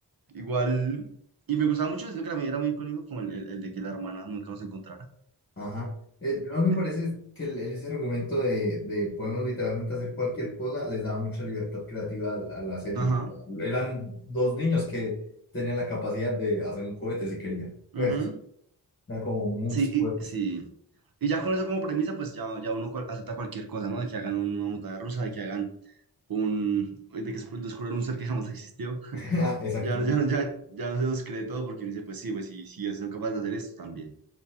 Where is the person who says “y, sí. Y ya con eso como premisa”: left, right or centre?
Right